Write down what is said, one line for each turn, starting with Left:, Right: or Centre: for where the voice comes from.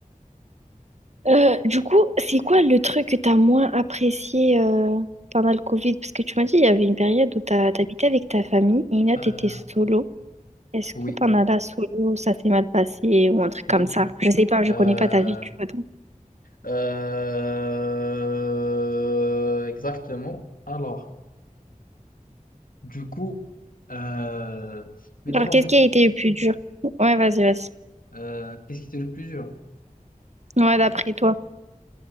Right: euh, du coup, c'est quoi le truc que t'as moins apprécié euh, pendant le Covid? Parce que tu m'as dit, il y avait une période où t'as, t'habitais avec ta famille et une autre,
Left: Euh,
Right: t'étais solo. Est-ce
Left: oui,
Right: que pendant la solo, ça s'est mal passé ou un truc
Left: oui.
Right: comme ça? Je sais pas, je
Left: Euh,
Right: connais pas ta vie, tu vois. donc.
Left: euh, exactement. Alors, du coup, euh, mais d'abord,
Right: Genre, qu'est-ce
Left: je,
Right: qui a été le plus dur? Ouais, vas-y, vas-y.
Left: euh, qu'est-ce qui était le plus dur?
Right: Ouais, d'après toi.